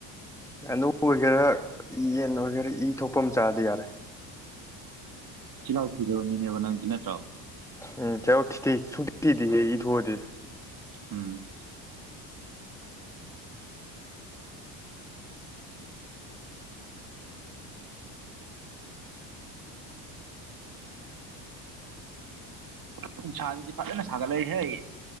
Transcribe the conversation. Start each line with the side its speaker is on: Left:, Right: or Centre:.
Centre: ꯉꯥꯅꯨ ꯑꯣꯏꯒꯦꯔꯥ ꯌꯦꯟ ꯑꯣꯏꯒꯦꯔꯥ ꯏ ꯊꯣꯛꯄ ꯑꯃ ꯆꯥꯔꯗꯤ ꯌꯥꯔꯦ
Right: <inaudible> ꯆꯤꯜꯂꯥꯎ ꯊꯤꯗꯕ ꯃꯤꯅꯦꯕ ꯅꯪꯗꯤ ꯅꯠꯇ꯭ꯔꯣ
Centre: ꯎꯝ ꯆꯤꯜꯍꯧ ꯊꯤꯗꯦ ꯁꯨꯡꯊꯤ ꯊꯤꯗꯦ ꯍꯦ ꯏ ꯊꯣꯛꯑꯗꯤ
Right: ꯎꯝ ꯅꯨꯡꯁꯥ ꯁꯤꯗꯤ ꯐꯖꯅꯥ ꯁꯒꯠꯂꯛꯏꯍꯦ